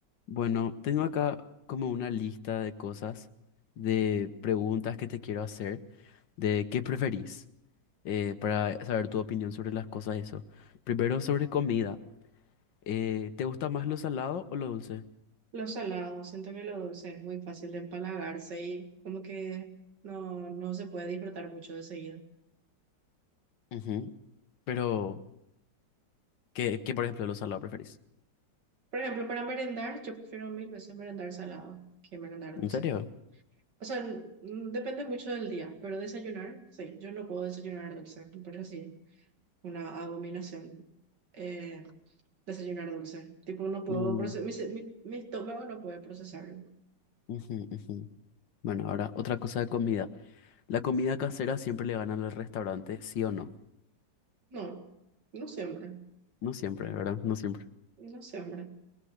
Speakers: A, on the left; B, on the right.
A: Bueno, tengo acá como una lista de cosas, de preguntas que te quiero hacer, de qué preferís, eh, para saber tu opinión sobre las cosas y eso. Primero sobre comida. eh, ¿te gusta más lo salado o lo dulce?
B: Lo salado, siento que lo dulce es muy fácil de empalagarse y como que no, no se puede disfrutar mucho de seguido.
A: Ujú. Pero, ¿qué, qué, por ejemplo, lo salado preferís?
B: Por ejemplo, para merendar, yo prefiero mil veces merendar salado que merendar
A: ¿En
B: dulce.
A: serio?
B: O sea, mm, depende mucho del día, pero desayunar, sí, yo no puedo desayunar dulce, me parece así una abominación eh, desayunar dulce. Tipo, no puedo
A: Mm,
B: procesar, mi, se- mi mi estómago no puede procesarlo.
A: ujú, ujú. Bueno, ahora otra cosa de comida. ¿La comida casera siempre le gana al restaurante, sí o no?
B: No, no siempre,
A: No siempre, ¿verdad? No siempre.
B: no siempre.